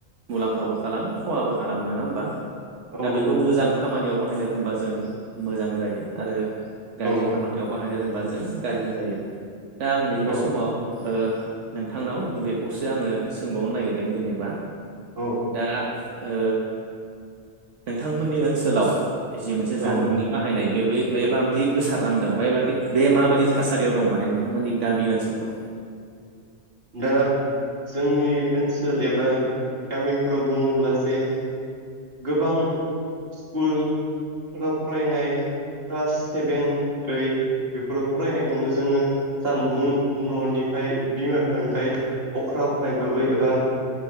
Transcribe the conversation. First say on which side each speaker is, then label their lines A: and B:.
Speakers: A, on the right; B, on the right.
A: मुलाम्फाबो खालामो खहाबो खालामो नोङा होमबा
B: औ
A: दा बेखौ
B: नंगौ
A: मोजां खामानियाव बाहायनो रोंबा जों मोजां जायो आरो गाज्रि
B: औ
A: खामानियाव बाहायनो रोंबा जों गाज्रि जायो दा आं नैबे
B: औ
A: समाव ओ नोंथांनाव बेखौसो आङो सोंबावनो नागिरदों जेनेबा
B: औ
A: दा ओ नोंथांमोननि ओनसोलाव जि मोनसे जानबुंनि
B: औ
A: बाहायनाय बे बे बे माबादि गोसारनानै दं बे बादि बे माबायदि थासारियाव दं माने नोंथांमोननि गामि ओनसोलफोराव
B: दा जोंनि ओनसोल एबा गामिफोराव बुङोब्ला जे गोबां स्कुलफोराव फरायनाय क्लास सेभेन ओइट बेफोराव फरायनायखौनो जोङो जानबुं ननिफ्राय बिमा बिफानिफ्राय अख्रा अख्रायैबाबो एबा